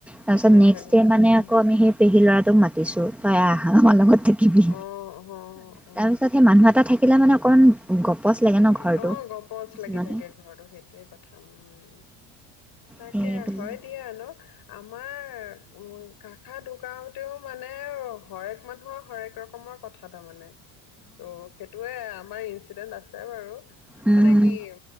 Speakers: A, in the centre; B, on the left.
A: তাৰপিছত
B: নাথাকে
A: নেক্সট ডে
B: অ',
A: আকৌ আমি সেই- পেহী লৰাটোক মাতিছো, তই আহ আমাৰ লগত থাকিবি।
B: অ', অ', অ'।
A: তাৰ পিছত- সেই মানুহ এটা থাকিলে মানে অকণমান- গপচ লাগে ন। ঘৰটো
B: এ অঁ, গপচ লাগি
A: মানে
B: থাকে ঘৰটো, সেইটোয়ে কথা, উম। তাকেই,
A: সেইবিলাক
B: হয় দিয়া ন। আমাৰ উম, কাকা ঢুকাওতেও মানে হৰেক মানুহৰ হৰেক ৰকমৰ- কথা তাৰ মানে। ত' সেইটোয়েই আমাৰ ইনঞ্চিডেণ্ট আছে বাৰু,
A: অঁ
B: মানে কি-